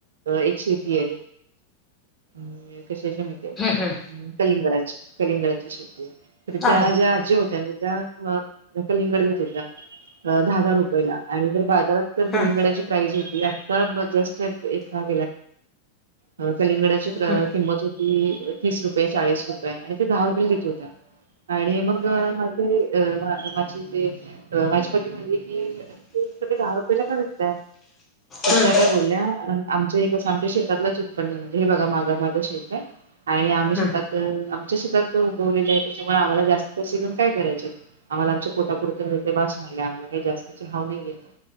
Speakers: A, on the right (about 65°); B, on the left (about 20°).
A: एक शेतीे <unintelligible> कशाच्या माहितेय
B: हम्म
A: कलिंगडची कलिंगडची शेती‌. तर त्या
B: अरे
A: ज्या आजी होत्या ना त्या कलिंगड देत होत्या. दहा दहा रुपयला आणि जर बाजारात तर कलिंगडाची
B: हम्म
A: प्राइस होती तर मग जस्ट एका <unintelligible> कलिंगडाची किंमत
B: हम्म
A: होती तीस रुपये चाळीस रुपये आणि ते दहा रुपयेला देत होत्या. आणि मग माझे अ माझी ते माझ म्हण की त दहा रुपयेला करून देया तर
B: हम्म
A: त्या काय बोलल्या आमच एक कसं आमच्या शेतातलाच उत्पन्न आहे म्हणजे हे बघा माझा माझं शेत आहे. आणि आम्ही शिकात
B: हम्म
A: च्या शेतात उगवले आहे त्याच्यामुळे आम्हाला जास्त पैसे घेऊन काय करायचे आम्हा आमच्या पोटापुरत मिेलते भास आम्हाला काही जास्तचे हव नाहीयेत.